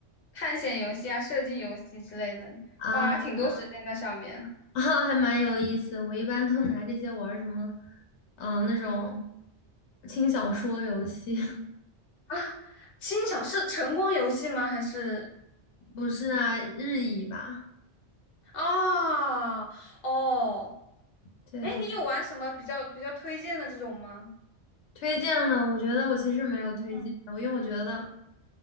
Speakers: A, on the left (about 55°); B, on the left (about 80°).
A: 探险游戏啊、射击游戏之类的，
B: 啊
A: 花挺多时间在上面
B: <laughs> 啊，还蛮有意思。我一般都拿这些玩儿什么，嗯、那种轻小说游戏，
A: 啊。轻小是晨光游戏吗？还是
B: <laughs> 不是啊，日语吧？
A: 哦哦，
B: 对，
A: 哎，你有玩什么比较比较推荐的这种吗？
B: 推荐的，我觉得我其实没有推荐的，
A: 嗯
B: 因为我觉得